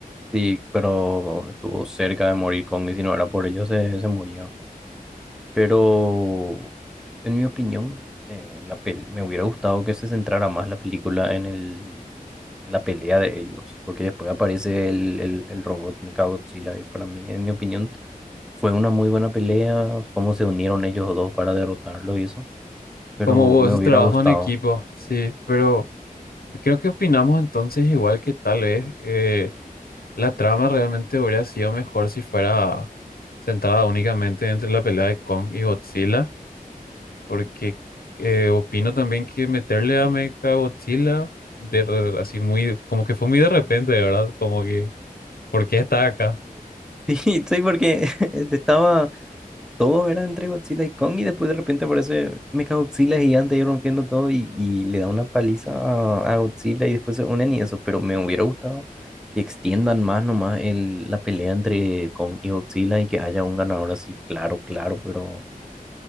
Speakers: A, in the centre; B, on the left.
A: sí, pero estuvo cerca de morir Kong y si no era por ello se, se moría. Pero en mi opinión, eh, la pel- me hubiera gustado que se centrara más la película en el, la pelea de ellos, porque después aparece el, el, el robot Mechagodzilla y para mí, en mi opinión. Fue una muy buena pelea, cómo se unieron ellos dos para derrotarlo y eso, pero
B: Como hubo
A: me
B: ese
A: hubiera
B: trabajo
A: gustado.
B: en equipo, sí, pero Creo que opinamos entonces igual que tal vez eh, la trama realmente hubiera sido mejor si fuera centrada únicamente entre la pelea de Kong y Godzilla, porque eh, opino también que meterle a Mecha Godzilla de re- así muy, como que fue muy de repente, de verdad, como que, ¿por qué está acá?
A: <laughs> Sí, sí, porque <laughs> estaba, todo era entre Godzilla y Kong y después de repente aparece Mecha Godzilla gigante y rompiendo todo y, y le da una paliza a, a Godzilla y después se unen y eso, pero me hubiera gustado que extiendan más nomás el, la pelea entre Kong y Godzilla y que haya un ganador así, claro, claro, pero